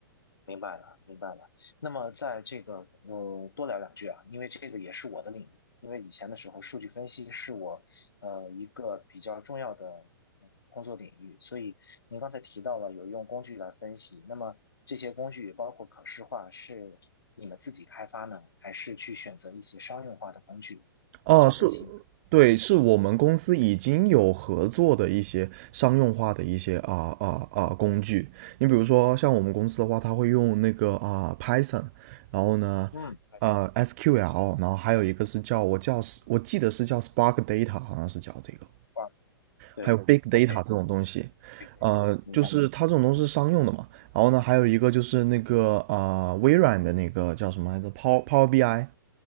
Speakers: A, on the left; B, on the right.
A: 明白了，明白了。那么在这个，我多聊两句啊，因为这个也是我的领域。因为以前的时候，数据分析是我呃一个比较重要的嗯工作领域。所以您刚才提到了有用工具来分析，那么这些工具包括可视化，是你们自己开发呢，还是去选择一些商用化的工具来做分析呢？
B: 哦、是，对，是我们公司已经有合作的一些商用化的一些啊啊啊工具。你比如说像我们公司的话，它会用那个啊、呃 Python，然后呢。
A: 嗯，Python
B: 呃，SQL，然后还有一个是叫我叫我记得是叫
A: 这个
B: Spark Data，好像是叫这个。
A: 话对，OK，Big
B: 还有 big data 这种东西，
A: Data，
B: 呃，
A: 明白。
B: 就是它这种东西是商用的嘛。然后呢，还有一个就是那个啊、呃微软的那个叫什么来着，Power Power BI。